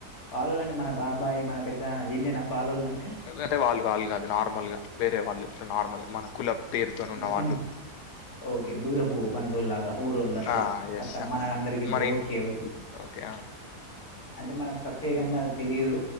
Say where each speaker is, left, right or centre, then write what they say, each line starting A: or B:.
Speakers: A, on the left; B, on the left.
A: పాలోళ్ళంటే మన బాబాయ్ మన పెద్దనాన్న వీళ్ళేనా పాలోళ్ళు అంటే
B: అంటే వాళ్ళు వాళ్ళు కాదు నార్మల్ గా వేరే వాళ్ళు నార్మల్ గా మన కులం పేరుతోనున్నవాళ్ళు
A: అంటే కొన్ని ఓకే దూరపు బంధువుల్లాగా ఊరోళ్ళట్లా
B: ఆ ఎస్
A: అట్లా
B: ఆ
A: మన అందరికింద
B: మన
A: ఓకే
B: ఇన్
A: ఓ
B: ఓకే ఆ
A: అంటే మనకు ప్రత్యేకంగా అది తెలియదు